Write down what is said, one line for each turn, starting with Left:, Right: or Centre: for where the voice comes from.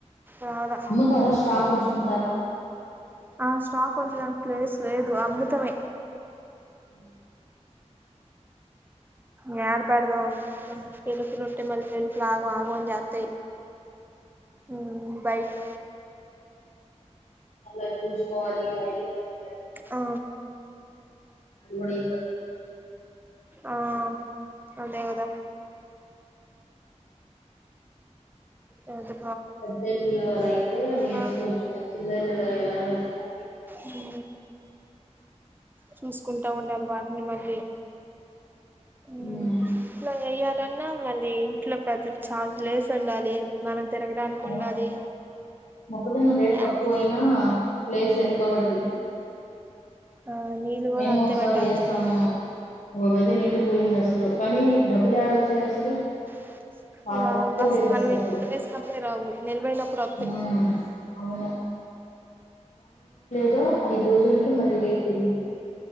Right: రాలా
Left: అమ్ముతారా స్టాక్ ఉంచుకుంటరా
Right: ఆ స్టక్ కుంచడానికి ప్లేస్ లేదు అమ్ముతమే
Left: ఊ
Right: యాడ పెడదాం ఎలుకులు ఉంటే మళ్ళ ఎలుకులు ఆగ మా బోన్ జాతయ్ ఉమ్ బైకు
Left: మళ్ళ అయి చూస్కోవాలి ఆ ఎలుకలు కడ్
Right: ఆ
Left: అది కూడా ఈబ్
Right: ఆ అదే కదా యదు
Left: పెద్ద ఇల్లులు అలా అయితే ఏసుకోవచ్చు
Right: ఆ
Left: చిల్ల ఇల్లు కదా ఎలా వేస్తాం
Right: ఊ చూస్కుంటా ఉండాలి వాటిని మళ్ళీ ఊ
Left: ఉమ్
Right: ఇట్ల యెయర్ ఇట్లన్న మళ్ళీ ఇంట్లో పెద్ద చాల్ లేస్ ఉండాలి మనం తిరగడానికి
Left: అవును
Right: ఉండాలి
Left: మొక్కజొన్న రేట్
Right: యాడికి
Left: తక్కువ అయినా ప్లేస్ ఎంతో బట్టిది
Right: ఆ నీళ్ళు కూడా
Left: మేము
Right: అంతే
Left: ఒకసారి
Right: పెట్టాల్సింది
Left: ఏసమ్మా ఒక గది నిండిపోయింది అసలు కనీ డబ్బుల్ యాడ్ వచ్చాయ్ అసలు
Right: <unintelligible>
Left: చాలా
Right: రావు
Left: తక్కువ
Right: అసలు
Left: రేట్
Right: మనం ఎక్కువ
Left: అప్పుడు
Right: ఏసినప్పుడే రావు నిలవయినప్పుడు ఒతయ్
Left: ఉమ్ అవును డో ఐదు రోజులకి మళ్ళీ రేట్ పెరిగింది